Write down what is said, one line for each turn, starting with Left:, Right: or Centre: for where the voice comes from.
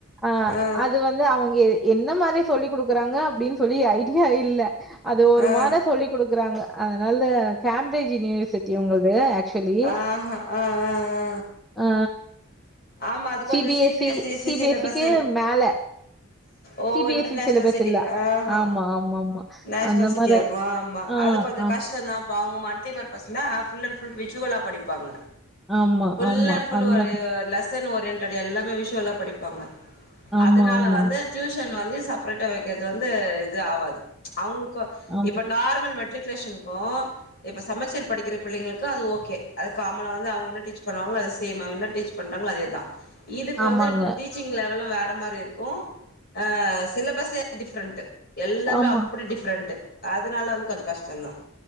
Centre: அ
Left: ஆ
Centre: அது வந்து அவுங்கே என்ன மாரி சொல்லிக் குடுக்குறாங்க அப்டினு சொல்லி ஐடியா இல்ல அது ஒரு
Left: ஆ ஆ
Centre: மார சொல்லி குடுக் க்றாங்க அதனால கேம்பிரிஜ் யூனிவர்சிட்டி உங்கள்து ஆக்சுவலி
Left: ஆஹா ஆஆஆ
Centre: ஆ
Left: ஆமா அது கொஞ்சோ
Centre: சி B
Left: CBSE
Centre: S E
Left: C C சிலபெஸ்சனல்
Centre: B S இக்கு மேல
Left: ஓ
Centre: C B
Left: international
Centre: S E syllabus
Left: city
Centre: இல்ல
Left: ஆஹ் ஹா
Centre: ஆமா ஆமா ஆமா
Left: நேஷ்னல்
Centre: அந்த
Left: சிட்டியா
Centre: மார
Left: இருக்கு ஆமா
Centre: ஆ
Left: அது கொஞ்சோ
Centre: ஆ
Left: கஷ்டோ தாப்பா அவுங்க மல்ட்டி பர்பஸ்ல அ ஃபுல் அண்ட் ஃபுல் விஷுவலா படிப்பாங்க
Centre: ஆமா
Left: ஃபுல்லண்ட்
Centre: ஆமா
Left: ஃபுல்
Centre: அந்த
Left: ஒரு லஸ் ஓரியன்டட் எல்லாமே விஷவ ல படிப்பாங்க
Centre: ஆமா
Left: அதனால
Centre: ஆமா
Left: வந்து டியூஷன் னு வந்து செப்ரேட்டா வக்கிறது வந்து இது ஆகாது அவுங்ளுக்கு
Centre: ஆம்
Left: இப்ப நார்மல் மெட்ரிக் க்குலேஷனுக்கு இப்ப சமச்சீர் படிக்கிற பிள்ளைங்களுக்கு அது ஓகே கே அதாது காமனா வந்து அவுங்க என்ன டீச் பண்ணுவாங்ளோ அது சேம் அவுங்க என்ன டீச் பண்றாங்ளோ அதேதா இதுக்கு
Centre: ஆமாங்க.
Left: வந்து டீச்சிங் லெவலு வேற மாரி இருக்கு அ சிலபஸே டிஃப்ரெண்ட் எல்லாமே
Centre: ஆமா.
Left: அப்டி டிஃப்ரெண்ட் அதனால வந்து கொஞ் கஷ்டம்தான்